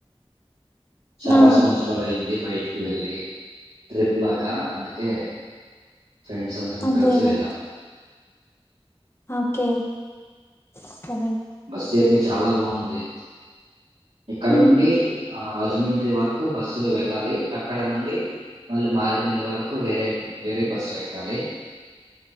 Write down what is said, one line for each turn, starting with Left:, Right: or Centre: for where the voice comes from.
Right: చాలా
Left: నా
Right: సంవత్సరాలు అయింది బయటికి వెళ్ళి ట్రిప్ లాగా అందుకే ఫ్రెండ్స్ అందరం
Left: అదేలే
Right: కలిసి వెళ్లాం
Left: ఓకే సరే
Right: బస్ జర్నీ చాలా బాగుంది ఇక్కడ
Left: ఉమ్,
Right: నుండి ఆ రాజమండ్రి వర కు బస్సులు వెళ్ళాలి అక్కడ నుండి మళ్ళీ మారడుమిల్లి వరకు వేరే వేరే బస్సు ఎక్కాలి కే